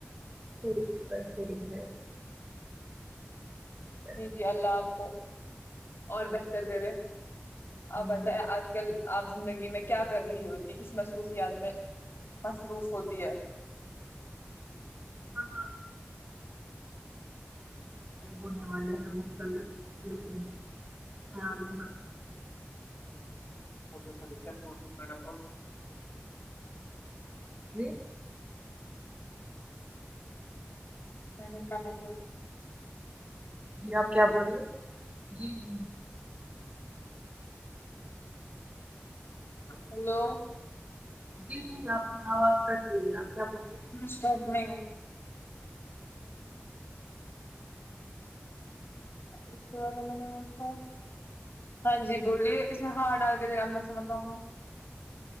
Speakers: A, on the right (about 35°); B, on the left (about 55°).
A: پڑتیا سری پ <unintelligible>
B: جی جی اللہ آپ کو اور بہتر کرے
A: ہم
B: آپ بتیں آج کل آپ زندگی میں کیا کر رہی ہوتی کس مصروفیات میں مصروف ہوتی ہے
A: کھانا ہونے والے مختلف <inaudible> ساری مہا
B: <unintelligible>
A: ہاں
B: نے کرنے
A: جی آپ کیا بول رہی ہیں جی جی
B: ہیلو
A: جی جی آپ کی آواز کٹ رہی ہے آپ کیا بول رہے
B: میں اس کے والے میں نے سنا ہاں جی بولیے اس نے ہار ڈال کے آنا سمھتا وہاں